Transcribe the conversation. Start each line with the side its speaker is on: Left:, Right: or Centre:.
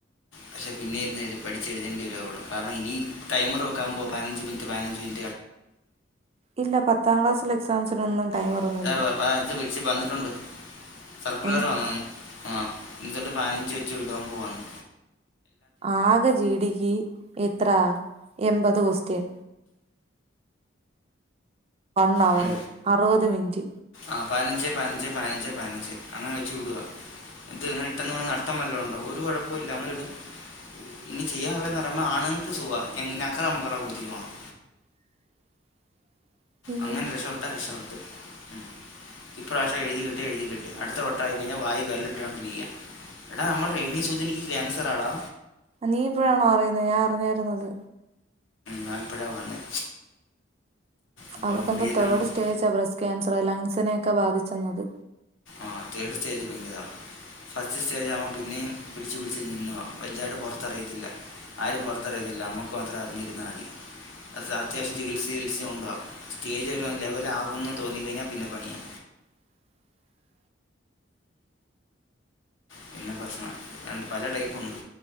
Left: പക്ഷെ പിന്നെ ഇര്ന്ന് എഴുതി പഠിച്ചെഴുതേണ്ടി വരും അവള് കാരണം ഇനി ടൈമറ് വെക്കാംമ്പൊ പൈനഞ്ച് മിനിറ്റ് പൈനഞ്ച് മിൻ
Right: ഇല്ല പത്താം ക്ലാസ്സിലെ എക്സാംസിനൊന്നും ടൈമറൊന്നുമില്ല.
Left: <unintelligible> സർക്കുലർ
Right: ഏ
Left: വന്നെന്ന് ആ ഇനിതൊട്ട് പൈനഞ്ച് വെച്ച് വിടുവാം പോവ്വാന്ന്
Right: ആകെ പിടിക്ക് എത്രാ എമ്പത് കൊസ്റ്റ്യൻ വൺ അവറ്
Left: ഉം.
Right: അറുവത് മിൻറ്റ്
Left: ആ പൈനഞ്ച് പൈനഞ്ച് പൈനഞ്ച് പൈനഞ്ച് അങ്ങനെ വെച്ച് വിട്വാ ഇത് ങ്ങനെ ഇട്ടെന്ന് വന്ന് നഷ്ടം വല്ലോണ്ടോ ഒരു കൊഴപ്പൊ ഇല്ല അങ്ങ് ഇടും ഇനി ചെയ്യാ ഒള്ളെ എന്ന് പറയുമ്പ ആണ്ങ്ങക്ക് സുഖവാ എങ്ങ നക്കറ മുഖറ ബുദ്ധിക്കോണം
Right: <inaudible> അയ്യോ
Left: അങ്ങനെ രക്ഷപ്പെട്ടാ രക്ഷപ്പെട്ട്
Right: <inaudible>
Left: ഉം ഇപ്രാവശ്യം എഴുതി കിട്ട്യാ എഴുതി കിട്ടി അടുത്തവട്ടായി കഴിഞ്ഞാ വായി വെരളിട്ടോണ്ടിരിക്കാം എടാ നമ്മടെ രേണി സുധിനിക്ക് ക്യാൻസറാഡാ
Right: നീ ഇപ്പോഴാണോ അറിയുന്നത് ഞാൻ അറിഞ്ഞാരുന്നത്
Left: ഞാം ഇപ്പഴാ വന്നേ അപ്പം
Right: അവർക്കെന്താ
Left: മുടിയെല്ലാം
Right: തേഡ്
Left: മു-
Right: സ്റ്റേജാ ബ്രസ് ക്യാൻസറ് ലങ്സിനെക്കെ ബാധിച്ചെന്നത്
Left: ആ തേടു സ്റ്റേജ് ബിൻഹ ഫസ്റ്റ് സ്റ്റേജാവാം പിന്നെയും പിടിച്ചു പിടിച്ച് നിന്ന്വാ വൽതായിട്ട് പൊറത്തറിയത്തില്ല ആരും പൊറത്തറിയ <unintelligible> ലമ്മക്ക് മാത്രം അറിഞ്ഞിരുന്നാ അതി അത് അത്യാവശ്യം ചികിത്സിചികിത്സി കൊണ്ട്വാം സ്റ്റേജ് ഒരു ലെവലാവു എന്ന് തോന്നി കഴിഞ്ഞാ പിന്നെ പണിയാ
Right: <inaudible>
Left: പിന്നെ ഭസ്മ രണ്ട് പല ടൈപ്പുണ്ട്